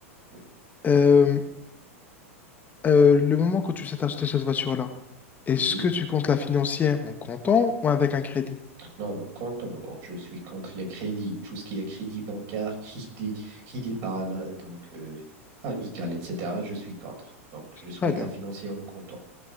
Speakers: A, on the right; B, on the left.
A: Mm.
B: Euh, euh, le moment que tu t'achètes cette voiture-là, est-ce
A: Oui,
B: que tu comptes la financer en comptant ou avec un crédit?
A: non, comptons. Donc, je suis contre les crédits. Tout ce qui est crédit bancaire, <laughs> crédit, crédit parana, donc, euh, amical, etc., je suis contre. Donc, je souhaite
B: Très bien,
A: la financer en comptant.